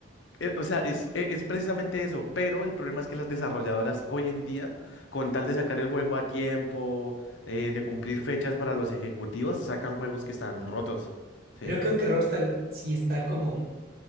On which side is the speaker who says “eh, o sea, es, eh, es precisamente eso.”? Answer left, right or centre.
Left